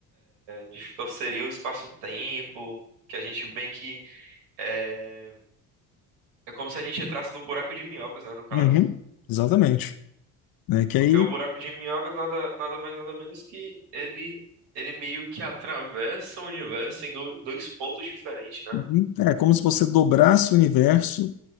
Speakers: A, on the right; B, on the left.
A: distorceria o espaço-tempo, que a gente meio que é, é como se a gente entrasse num buraco de minhocas, né, no caso.
B: Uhum, exatamente. Né? Que
A: Porque
B: aí
A: o buraco de minhocas nada, nada mais nada menos que ele ele meio que atravessa o universo em do- dois pontos diferentes, né?
B: Uhum. É como se você dobrasse o universo